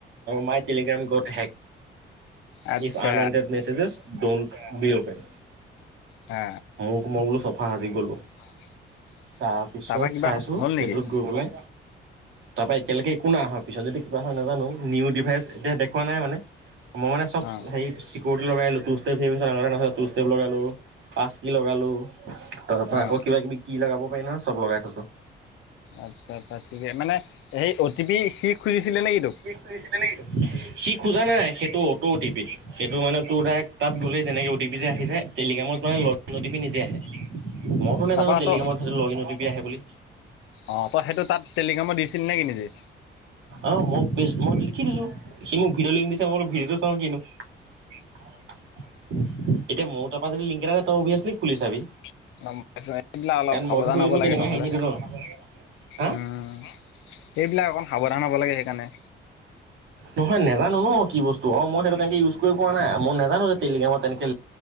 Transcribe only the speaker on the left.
আচ্ছা
আ
<inaudible>
তাৰপা কিবা
হ'ল নেকি
অ
অ
আচ্ছা- আচ্ছা ঠিকে মানে সেই অ' টি পি চি খুজিছিলে নেকি তোক?
তাৰপা
ত
অ' তই সেইটো তাত টেলিগ্ৰামত দিছিল নেকি নিজে?
<unintelligible> এইবিলাক অলপ
সাৱধান
হ'ব
লাগে নহলে।
উম। সেইবিলাক অকণ সাৱধান হ'ব লাগে সেইকাৰণে।